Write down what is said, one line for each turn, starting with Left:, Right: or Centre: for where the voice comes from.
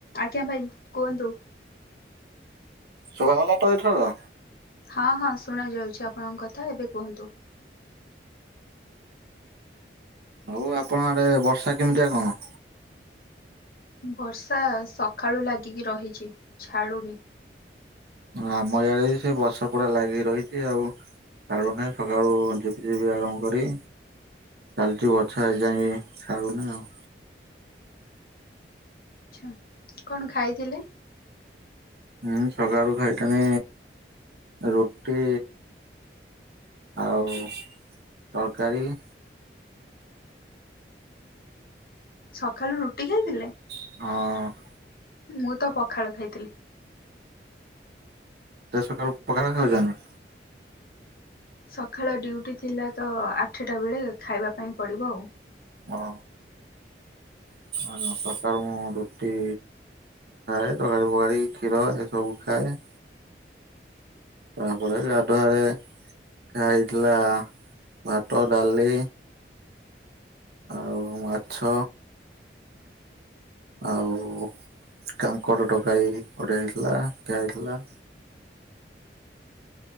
Left: ଆଜ୍ଞା ଭାଇ କୁହନ୍ତୁ।
Right: ଶୁଭାଗଲା ତ ଏଇଥରକ?
Left: ହଁ ହଁ ଶୁଣାଯାଉଛି ଆପଣଙ୍କ କଥା ଏବେ କୁହନ୍ତୁ।
Right: ହଉ ଆପଣ ଆଡେ ବର୍ଷା କେମିତିଆ କଣ?
Left: ବର୍ଷା ସକାଳୁ ଲାଗିକି ରହିଛି ଛାଡୁନି।
Right: ଆମ ୟାଡେ ବି ସେଇ ବର୍ଷା ପଡା ଲାଗି କି ରହିଛି ଆଉ ଛାଡ଼ୁନାହିଁ ସକାଳୁ ଝିପି ଝିପି ଆରମ୍ଭ କରି ଚାଲିଛି ବଛା ଏ ଯାଇ ଛାଡୁନି ଆଉ।
Left: ଆଛା କଣ ଖାଇଥିଲେ?
Right: ମୁଁ ସକାଳୁ ଖାଇଥିନି ରୁଟି। ଆଉ ତରକାରୀ।
Left: ସଖାଳୁ ରୁଟି ଖାଇଥିଲେ।
Right: ହଁ।
Left: ମୁଁ ତ ପଖାଳ ଖାଇଥିଲି।
Right: ସକାଳୁ ପଖାଳ ଖାଉଚନ୍ତି।
Left: ସକାଳ ଡ୍ୟୁଟି ଥିଲା ତ ଆଠଟା ବେଳେ ଖାଇବା ପାଇଁ ପଡ଼ିବ ଆଉ।
Right: ଓ ଆ ସକାଳୁ ମୁଁ ରୁଟି। ଖାଏ ତରୀ ପକାରୀ କ୍ଷୀର ଏ ସବୁ ଖାଏ। ତାପରେ ଗାଧୁଆରେ ହେଇଥିଲା ଭାତ ଡାଲି। ଆଉ ମାଛ। ଆଉ କାଙ୍କର ତକାରି ଗୋଟେ ହେଇଥିଲା ଦିଆ ହେଇଥିଲା।